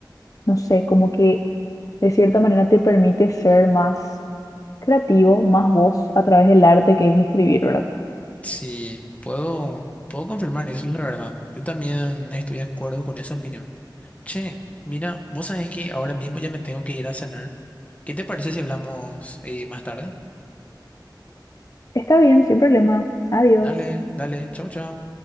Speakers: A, on the left; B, on the left.
A: no sé, como que de cierta manera te permite ser más creativo, más vos a través del arte que es escribir, ¿verdad?
B: Sí, puedo, puedo confirmar eso, la verdad. Yo también estoy de acuerdo con esa opinión. Che, mira, vos sabés que ahora mismo ya me tengo que ir a cenar. ¿Qué te parece si hablamos eh, más tarde?
A: Está bien, sin problema. Adiós.
B: Dale, dale, chao, chao.